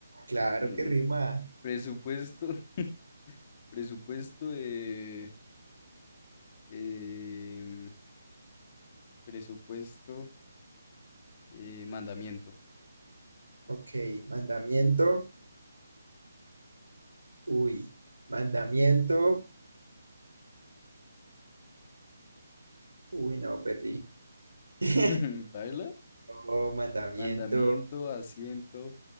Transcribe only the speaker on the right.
Claro
que rima.
Ok, mandamiento, uy, mandamiento, uy, no, perdí. <laughs>
Oh, mandamiento.